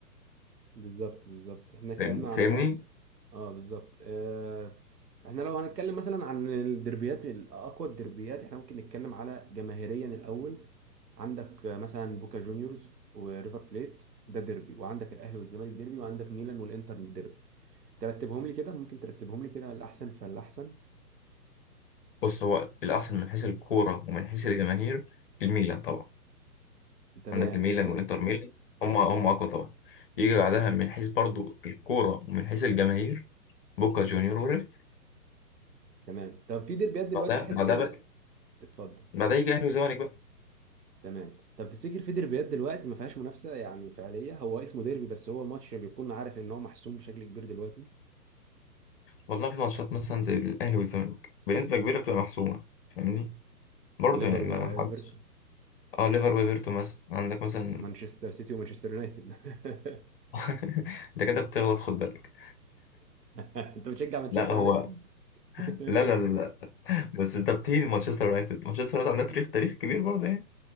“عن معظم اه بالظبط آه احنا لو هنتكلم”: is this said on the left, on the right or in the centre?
Right